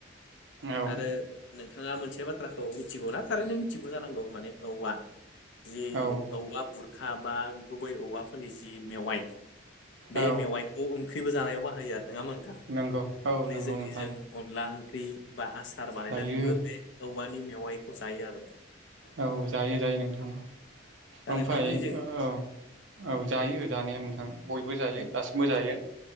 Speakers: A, on the right (about 80°); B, on the left (about 70°).
A: औ
B: आरो नोंथाङा मोनसे बाथ्राखौ मिथिगौ ना? थारैनो मिथिगौ जानांगौ माने औवा जे
A: औ
B: औवा बुर खा बा गुबै औवाफोरनि जि मेवाइ बे
A: औ
B: मेवाइखौ ओंख्रिबो जानाय बाहायो आरो। नङा होमबा नोंथां?
A: नंगौ औ
B: माने
A: नंगौ
B: जोंनिजों
A: नोंथां।
B: अनला ओंख्रि बा आसार बानायनानैबो
A: जायो
B: बे औवानि मेवाइखौ जायो आरो।
A: औ जायो जायो नोंथां
B: दा
A: ओमफ्राय
B: नोंथांमोननिजों
A: औ। औ जायो जानाया नोंथां बयबो जायो
B: औ
A: दासिमबो जायो।